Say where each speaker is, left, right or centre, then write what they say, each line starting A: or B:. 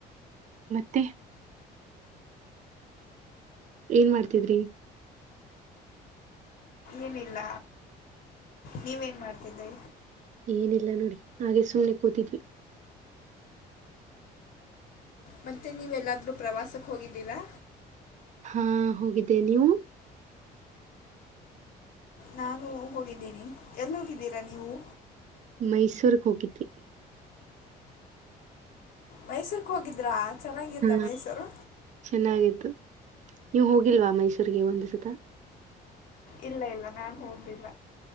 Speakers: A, on the right; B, on the left.
A: ಮತ್ತೆ ಏನ್ ಮಾಡ್ತಿದ್ರಿ
B: ಏನಿಲ್ಲ ನೀವೇನ್ ಮಾಡ್ತಿದ್ರಿ
A: ಏನಿಲ್ಲ ನೋಡಿ ಹಾಗೆ ಸುಮ್ನೆ ಕೂತಿದ್ವಿ
B: ಮತ್ತೆ ನೀವೆಲ್ಲದ್ರು ಪ್ರವಾಸಕ್ಕೆ ಹೋಗಿದ್ದೀರಾ
A: ಹಾ ಹೋಗಿದ್ದೆ ನೀವು
B: ನಾನು ಹೋಗಿದ್ದೀನಿ ಎಲ್ ಹೋಗಿದ್ದೀರಾ ನೀವು.
A: ಮೈಸೂರ್ ಹೋಗಿದ್ದವಿ
B: ಮೈಸೂರು ಹೋಗಿದ್ರಾ ಚೆನ್ನಾಗಿತ್ತ
A: ಹಾ
B: ಮೈಸೂರು
A: ಚೆನ್ನಾಗಿತ್ತು ನೀವು ಹೋಗಿಲ್ವಾ ಮೈಸೂರಿಗೆ ಒಂದು ಸತ.
B: ಇಲ್ಲ ಇಲ್ಲ ನಾನ್ ಹೋಗಿಲ್ಲ